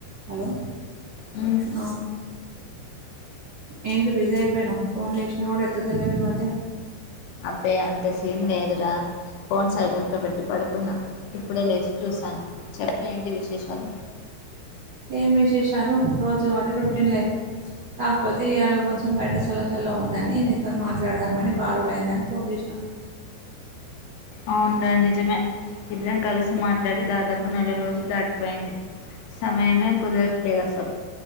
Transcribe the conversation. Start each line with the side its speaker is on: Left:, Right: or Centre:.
Right: Hello
Left: మ్మ్
Right: ఆ ఏంటి బిజీ అయిపోయినావ్ ఫోన్ చేసినా కూడా ఎత్తత్తలేవు ఈ మధ్య
Left: అబ్బే అంతా సీన్ లేదురా ఫోన్ సైలెంట్ లో పెట్టి పడుకున్నా ఇప్పుడే లేచి చూశాను చెప్పు ఏంటి విశేషాలు
Right: ఏం విశేషాలు రోజువారీ రొటీన్ లైఫ్ కాకపోతే ఇవాళ కొంచెం బయట చల్ల చల్ల ఉందని నీతో మాట్లాడదామని బారులైందని ఫోన్ చేసినా <inaudible>
Left: అవును రా నిజమే ఇద్దరం కలిసి మాట్లాడి దాదాపు నెల రోజులు దాటిపోయింది సమయమే కుదరట్లేదు అసలు